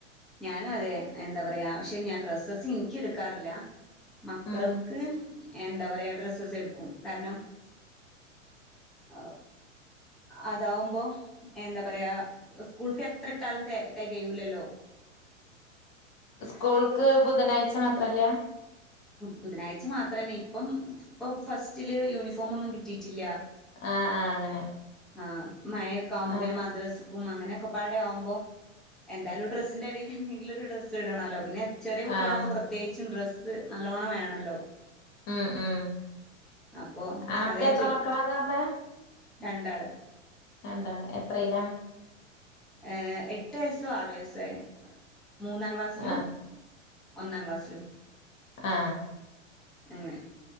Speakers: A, in the centre; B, on the left.
A: ഞാനും അതേ, എന്താ പറയ്യാ, ക്ഷേ ഞാൻ ഡ്രെസ്സസ് ഇനിക്കെടുക്കാറില്ല. മക്കൾക്ക്
B: ഉം
A: എന്താ പറയ്യാ ഡ്രസ്സസ് എടുക്കും കാരണം അ അതാവുമ്പോ എന്താ പറയ്യാ സ്കൂള്ക്കു എത്രട്ടാലും തെ തെകയൂല്ലല്ലോ.
B: സ്കൂൾക്ക് ബുധനാഴ്ച്ച മാത്രല്ലാ
A: ബുധനാഴ്ച്ച മാത്രാണ് ഇപ്പം ഇപ്പൊ ഫസ്റ്റില് യൂണിഫോം ഒന്നും കിട്ടീട്ടില്ലാ.
B: ആ ആ അങ്ങനെ.
A: ആ മയേക്കാവുംമ്പങ്ങനെ
B: ആഹ്
A: മാത്രേ ഉം അങ്ങനെക്കെപ്പാടെ ആകുമ്പം എന്തായാലും ഒരു ഡ്രെസ്സിന്റെ ഇല്ലെന്തെങ്കിലുഒരു ഡ്രസ്സിടണോല്ലോ പിന്നെ ചെറിയ കുട്ടികളാവുമ്പം
B: ആഹ്
A: പ്രത്യേകിച്ചും ഡ്രസ്സ് ത് നല്ലോണം വേണല്ലോ.
B: ആ ആ
A: അപ്പോ
B: അനക്ക്
A: അതാ ഞാൻ
B: എത്ര
A: ചോദി
B: മക്കളാന്നാറണെ?
A: രണ്ടാള്.
B: രണ്ടാള്, എത്രയിലാ?
A: ഏ എട്ടുവയസ്സും ആറുവയസ്സുവായി. മൂന്നാം ക്‌ളാസിലും
B: ആഹ്
A: ഒന്നാം ക്ലാസ്സിലും.
B: ആ
A: അങ്ങനെ.